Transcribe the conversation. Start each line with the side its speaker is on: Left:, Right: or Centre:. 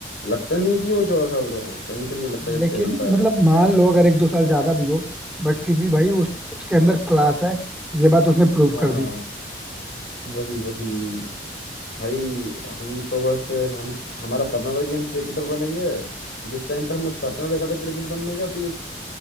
Left: लगता नहीं है कि वो चौदह साल का हो कहीं से नहीं लगता जब
Centre: लेकिन
Left: खेलता है
Centre: मतलब
Left: तो
Centre: मान लो अगर एक दो साल ज्यादा भी हो बट फिर भी भाई उस उसके अंदर क्लास है ये बात उसने प्रूव
Left: हाँ
Centre: कर दी
Left: वही वही भाई हम तो बस हम हमारा सपना था कि हम क्रिकेटर बनेंगे जिस टाइम पे हमने सपना देखा था क्रिकेट बनने का तो ये